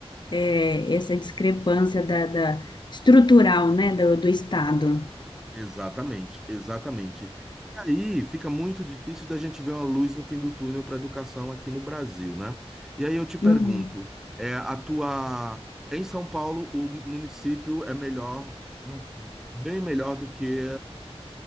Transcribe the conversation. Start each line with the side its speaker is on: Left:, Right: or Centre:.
Left: é, essa discrepância da, da- estrutural, né, do, do Estado.
Centre: exatamente, exatamente. E aí fica muito difícil da gente ver uma luz no fim do túnel para a educação aqui no Brasil, né? E aí eu te pergunto,
Left: Uhum.
Centre: é, a tua em São Paulo o município é melhor, um- bem melhor do que